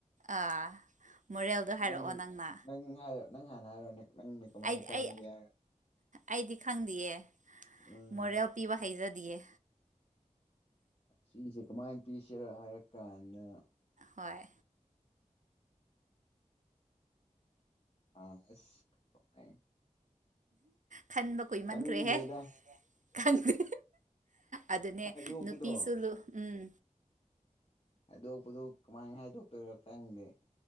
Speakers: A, on the right; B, on the left.
A: ꯑꯥ ꯃꯣꯔꯦꯜꯗꯣ ꯍꯥꯏꯔꯛꯑꯣ
B: ꯅꯪ
A: ꯅꯪꯅ
B: ꯅꯪ ꯍꯥꯏꯔ ꯅꯪ ꯍꯥꯟꯅ ꯍꯥꯏꯔꯣꯅꯦ ꯅꯪꯅ ꯀꯃꯥꯏꯅ
A: ꯑꯩ
B: ꯈꯟꯒꯦ
A: ꯑꯩ ꯑꯩꯗꯤ ꯈꯪꯗꯌꯦ
B: ꯎꯝ
A: ꯃꯣꯔꯦꯜ ꯄꯤꯕ ꯍꯩꯖꯗꯤꯌꯦ
B: ꯁꯤꯅꯤꯁꯦ ꯀꯃꯥꯏ ꯄꯤꯁꯤꯔ ꯍꯥꯏꯔ ꯀꯥꯟꯗ
A: ꯍꯣꯏ
B: ꯑꯥ ꯑꯁ ꯀꯃꯥꯏ
A: ꯈꯟꯕ ꯀꯨꯏꯃꯟꯈ꯭ꯔꯦꯍꯦ
B: ꯈꯪꯗꯦꯗ
A: ꯈꯪꯗꯦ ꯑꯗꯨꯅꯦ
B: ꯍꯥꯏꯗꯣꯛꯄꯗꯣ
A: ꯅꯨꯄꯤꯁꯨ ꯂꯨ ꯎꯝ
B: ꯍꯥꯏꯗꯣꯛꯄꯗꯨ ꯀꯃꯥꯏꯅ ꯍꯥꯏꯗꯣꯛꯇꯣꯏꯔꯣ ꯈꯪꯗꯦ